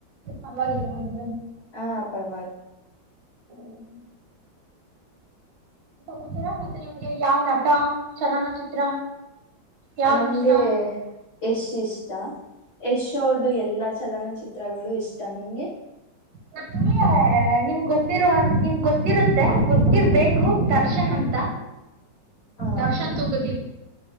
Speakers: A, on the right; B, on the left.
A: ಪರವಾಗಿಲ್ಲ ಹಾಗಾದೆ
B: ಹಾ ಪರವಾಗಿ
A: ಹ್ಮ್ ಹ್ಮ್ ನ್ತೀರ ಮತ್ತೆ ನಿಮ್ಗೆ ಯಾವ್ ನಟ ಚಲನಚಿತ್ರ ಯಾವ್ದ್
B: ನಮ್ಗೆ
A: ಇಷ್ಟ
B: ಯಶ್ ಇಷ್ಟಾ ಯಶ್ ಅವ್ರದುು ಎಲ್ಲಾ ಚಲನ ಚಿತ್ರ ಚಿತ್ರಗಳು ಇಷ್ಟ ನಿಮ್ಗೆ
A: ನಂಗೆ ನಿಮ್ ಗೊತ್ತಿರುವ ನಿಮ್ಗೆ ಗೊತ್ತಿರುತ್ತೆ ಗೊತ್ತಿರ್ಬೇಕು ದರ್ಶನ್ ಅಂತ
B: ಹ
A: ದರ್ಶನ್ ತುಗುದೀಪ್